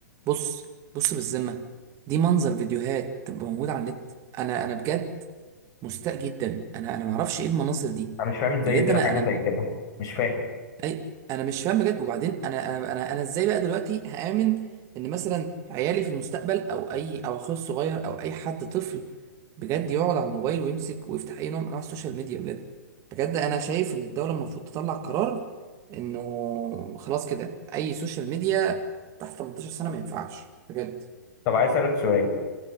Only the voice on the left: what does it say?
انا مش فاهم ازاي
زي
حاجه
زي كده مش فاهم
طب عايز اسالك سؤال